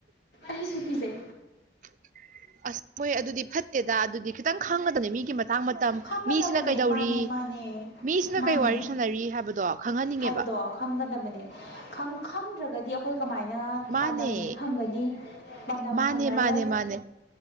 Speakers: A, on the left; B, on the right.
A: ꯑꯩꯁꯨ ꯀꯤꯖꯩ
B: <unintelligible> ꯑꯁ ꯃꯣꯏ ꯑꯗꯨꯗꯤ ꯐꯠꯇꯦꯗ ꯑꯗꯨꯗꯤ ꯈꯤꯇꯪ ꯈꯪꯉꯗꯅꯤ ꯃꯤꯒꯤ ꯃꯇꯥꯡ ꯃꯇꯝ
A: ꯈꯪꯒꯗꯕꯅꯦ
B: ꯃꯤꯁꯤꯅ ꯀꯩꯗꯧꯔꯤ
A: ꯃꯥꯅꯦ ꯃꯥꯅꯦ
B: ꯃꯤꯁꯤꯅ
A: ꯃꯥꯅꯦ
B: ꯀꯩ ꯋꯥꯔꯤ ꯁꯥꯟꯅꯔꯤ ꯍꯥꯏꯕꯗꯣ ꯈꯪꯍꯟꯅꯤꯡꯉꯦꯕ
A: ꯍꯥꯏꯕꯗꯣ ꯈꯪꯒꯗꯕꯅꯦ ꯈꯪꯗ꯭ꯔꯒꯗꯤ ꯑꯩꯈꯣꯏ ꯀꯃꯥꯏꯅ
B: ꯃꯥꯅꯦ
A: ꯄꯥꯟꯗꯝꯗꯨ ꯐꯪꯒꯅꯤ ꯄꯥꯟꯗꯝ
B: ꯃꯥꯅꯦ
A: ꯐꯪꯉꯔꯣꯏ
B: ꯃꯥꯅꯦ ꯃꯥꯅꯦ